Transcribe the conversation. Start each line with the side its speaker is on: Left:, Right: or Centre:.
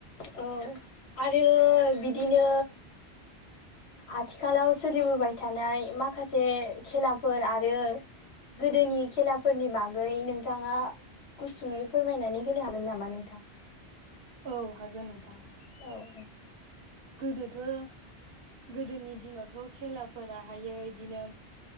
Left: औ आरो बिदिनो आथिखालाव सोलिबोबाय थानाय माखासे खेलाफोर आरो गोदोनि खेलाफोरनि बागै नोंथाङा गुसुङै फोरमायनानै होनो हागोन नामा नोंथां?
Right: औ हागोन नोंथां।
Left: औ
Right: गोदोथ' गोदोनि दिनावथ' खेलाफोराहायो इदिनो